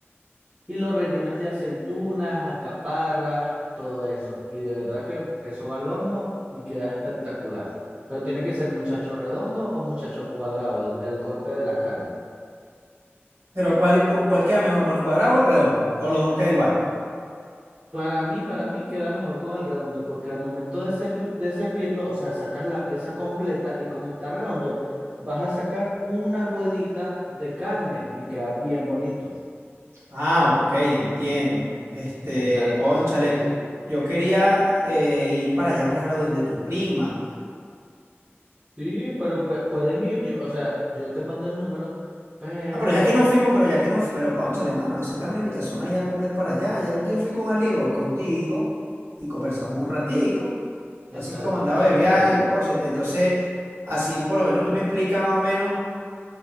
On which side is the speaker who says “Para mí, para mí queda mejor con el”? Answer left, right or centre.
Right